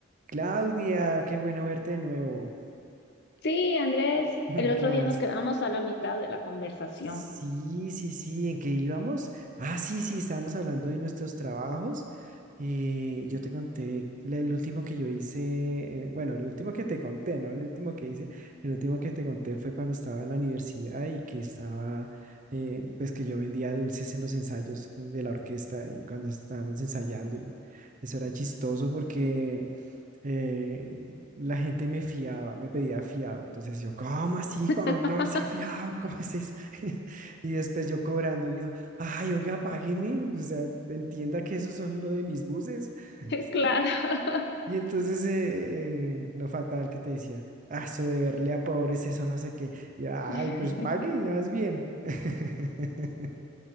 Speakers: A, on the right (about 40°); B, on the left (about 55°).
A: Claudia, qué bueno verte de nuevo.
B: Sí, Andrés,
A: <laughs>
B: el otro
A: ¿Qué
B: día
A: más?
B: nos quedamos a la mitad de la conversación.
A: Sí, sí, sí, ¿en qué íbamos? Ah, sí, sí, estábamos hablando de nuestros trabajos. Eh, yo te conté la- el último que yo hice, eh, bueno, el último que te conté, ¿no? El último que hice, el último que te conté fue cuando estaba en la universidad y que estaba, eh, pues que yo vendía dulces en los ensayos de la orquesta y cuando estábamos ensayando y eso era chistoso porque... eh, la gente me fiaba, me pedía fiado. Entonces yo, ¿cómo así,
B: <laughs>
A: varón dulce, fiado? ¿Cómo es eso? <laughs> Y después yo cobrando, yo, ay, oiga, págueme, o sea, entienda que esos son lo de mis buses.
B: Claro.
A: ¿sí? Y entonces eh, eh, no faltaba el que te decía, ah, eso de verle a pobres, eso no sé qué. Y, ay,
B: <laughs>
A: pues pague, vas bien. <laughs>